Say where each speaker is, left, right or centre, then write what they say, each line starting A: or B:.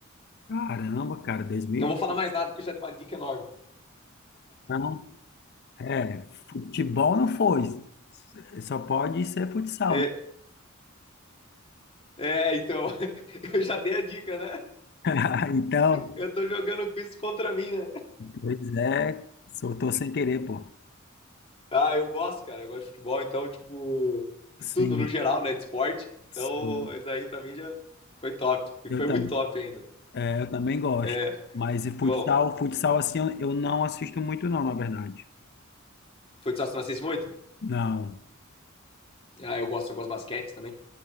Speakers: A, on the left; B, on the left.
A: Caramba, cara, 2000.
B: Não vou falar mais nada, porque já dei uma dica enorme.
A: Não, é, futebol não foi. Só pode ser futsal,
B: É,
A: né?
B: é então. <laughs> Eu já dei a dica, né?
A: <laughs> Então,
B: Eu tô jogando quiz contra mim, né?
A: pois é, soltou sem querer, pô.
B: Ah, eu gosto, cara. Eu gosto de futebol, então, tipo, de
A: Sim,
B: tudo no geral, né? De esporte. Então,
A: sim.
B: isso aí pra mim já foi top. E
A: Eu
B: foi
A: também.
B: muito top ainda.
A: Eu também gosto.
B: É,
A: Mas e futsal,
B: bom,
A: futsal assim, eu eu não assisto muito não, na verdade.
B: futsal você não assiste muito?
A: Não.
B: Ah, eu gosto, eu gosto de basquete também.